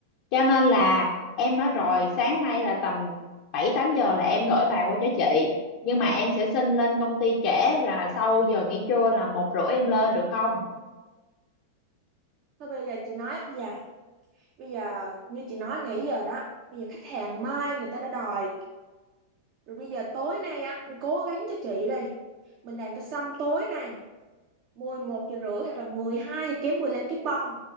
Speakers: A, on the left; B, on the right.
A: cho nên là em nói rồi sáng nay là tầm bảy tám giờ là em gửi bài qua cho chị nhưng mà em sẽ xin lên công ty trễ là sau giờ nghỉ trưa là một rưỡi em lên được không
B: thôi bây giờ chị nói như vậy bây giờ như chị nói nãy giờ đó bây giờ khách hàng mai người ta đã đòi rồi bây giờ tối nay á cố gắng cho chị đi mình làm cho xong tối nay 11 giờ rưỡi hoặc là mười hai giờ kém mười lăm cái bon